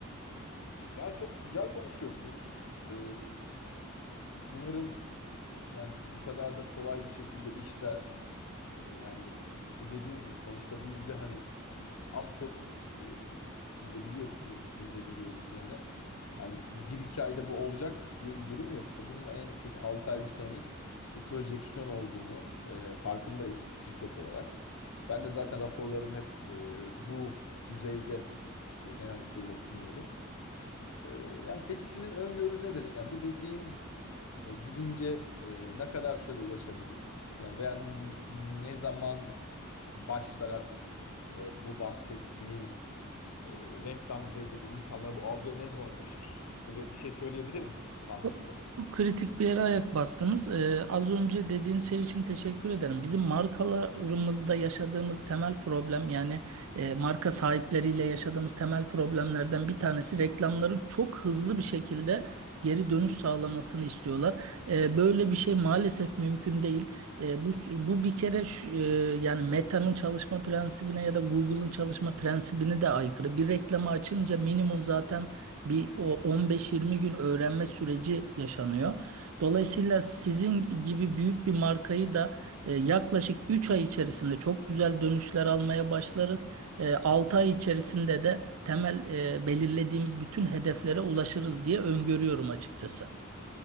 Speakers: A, on the left (about 85°); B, on the right (about 75°).
A: Yani çok güzel konuşuyorsunuz. Ee, umarım yani bu kadar da kolay bir şekilde işler. E, Yani bu dediğim gibi sonuçta biz de hani az çok e, siz de biliyorsunuz, biz de biliyoruz yani. Hani bir iki ayda bu olacak diye bir durum yok. İşte bunun en kötü 6 ay bir senelik bir projeksiyon olduğunu e, farkındayız şirket olarak. Ben de zaten raporlarımı hep e, bu düzeyde işte genel kurula sunuyorum. E, yani peki sizin öngörünüz nedir? Yani bu dediğim e, bilince e, ne kadar sürede ulaşabiliriz? Yani veya n- ne zaman başlar artık e, bu bahsettiğim e, reklam düzeyinde de insanlar bu algıya ne zaman ulaşır? Öyle bir şey söyleyebilir misiniz tahmini
B: Çok
A: de olsa?
B: çok kritik bir yere ayak bastınız. Ee, az önce dediğiniz şey için teşekkür ederim. Bizim markalarımızda yaşadığımız temel problem yani e, marka sahipleriyle yaşadığımız temel problemlerden bir tanesi reklamları çok hızlı bir şekilde geri dönüş sağlamasını istiyorlar. Ee, böyle bir şey maalesef mümkün değil. Ee, bu, bu bir kere şu- e, yani Meta'nın çalışma prensibine ya da Google'ın çalışma prensibine de aykırı. Bir reklamı açınca minimum zaten bir o 15-20 gün öğrenme süreci yaşanıyor. Dolayısıyla sizin gibi büyük bir markayı da e, yaklaşık 3 ay içerisinde çok güzel dönüşler almaya başlarız. E, altı ay içerisinde de temel e, belirlediğimiz bütün hedeflere ulaşırız diye öngörüyorum açıkçası.